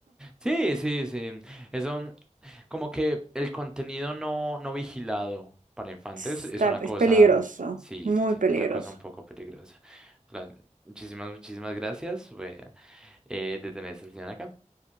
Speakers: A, in the centre; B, on the right.
A: Sí, sí, sí. Eso, mm, como que el contenido no, no vigilado para infantes
B: Está,
A: es una cosa,
B: es peligroso,
A: sí,
B: muy
A: sí, sí,
B: peligroso.
A: es una cosa un poco peligrosa. La- muchísimas, muchísimas gracias, fue, eh, de tener esta sesión acá.